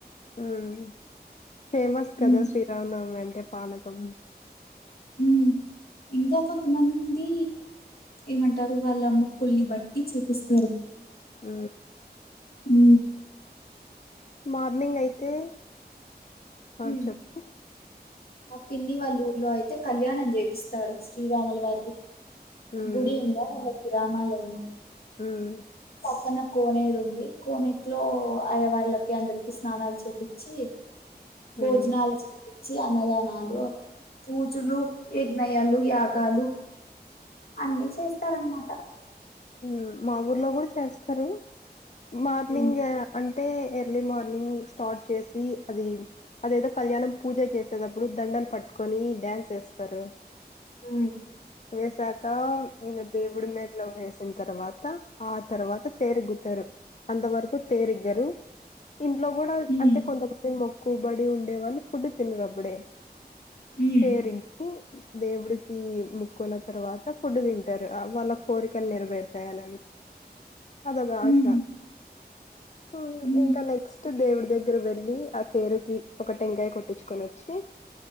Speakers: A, on the left (about 45°); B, on the left (about 65°).
A: హ్మ్ ఫేమస్
B: హ్మ్.
A: కదా శ్రీరామ్ నవమి అన్ ఎ పానకం
B: ఉ ఇంకా కొంతమంది ఏమంటారు వాళ్ళ ముక్కుల్ని బట్టి చేపిస్తారు.
A: ఊ
B: ఊ
A: మార్నింగ్ అయితే ఆ
B: హ్మ్.
A: చెప్పు
B: మా పిన్ని వాళ్ళూర్ల్లో అయితే కళ్యాణం చేపిస్తారు శ్రీరాముల వారిది
A: ఉమ్
B: గుడి ఉందా వాళ్ళక్ రామాలయమా
A: హ్మ్
B: పక్కన కోనేరు ఉంది. కోనేట్లో అయ్య వాళ్ళకి అందరికి స్నానాలు చేపించి భోజనాలు
A: ఉమ్
B: చేపిన్ చి అన్నదానాలు పూజులు ఎజ్ఞై యాలు యాగాలు అన్ని చేస్తారన్మాట
A: హ్మ్ మా ఊర్లో కూడా చేస్తారు. మార్నింగే
B: హ్మ్.
A: అన్ టే ఎర్లీ మార్నింగ్ స్టార్ట్ చేసి అది అదేదో కళ్యాణం పూజ చేసేటప్పుడు దండను పట్టుకొని డ్యాన్స్ చేస్తారు.
B: హ్మ్
A: వేసాక ఇంగ దేవుడు మేడలో వాస్ దాంతర్వాత ఆ తర్వాత తేరుగుత్తరు. అంతవరకు తేరిగ్గరు. ఇంట్లో కూడా
B: హ్మ్.
A: అంటే కొంత మంది మొ కుబడి ఉండే వాళ్ళు ఫుడ్ తినరు అప్పుడే.
B: హ్మ్.
A: తేరి గి దేవుడికి ముక్కున్న తర్వాత ఫుడ్ తింటారు ఆ వాళ్ళ కోరికలు నెరవేర్ వెత్తాలని అదోక
B: హ్మ్.
A: ఆశ ఊ
B: హ్మ్.
A: ఇంకా నెక్స్ట్ దేవుడి దగ్గర వెళ్ళి ఆ తేరుకి ఒక టెంకాయ కొట్టించుకొని వచ్చి